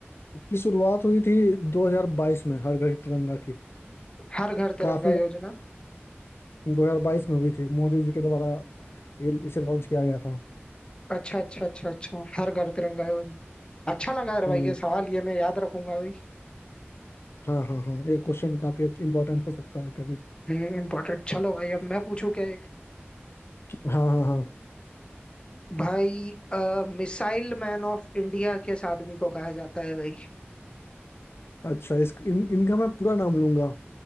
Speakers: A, on the left; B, on the left.
A: इसकी शुरुआत हुई थी 2022 में हर घर की तिरंगा की
B: हर घर तिरंगा
A: काफी
B: योजना
A: 2022 में हुई थी मोदी जी के द्वारा ये इसे लॉन्च किया गया था
B: अच्छा अच्छा अच्छा अच्छा हर घर तिरंगा है भाई अच्छा लगा यार
A: हम्म
B: भाई ये सवाल ये मैं याद रखूंगा भाई
A: हाँ हाँ हाँ ये क्वेश्चन काफी इंपॉर्टेंट हो सकता है कभी
B: हम्म इम्पोर्टेंट चलो भाई अब मैं पूछू क्या एक
A: हाँ हाँ हाँ
B: भाई आ, मिसाइल मैन ऑफ इंडिया किस आदमी को कहा जाता है भाई
A: अच्छा इस इन, इनका मैं पूरा नाम लूंगा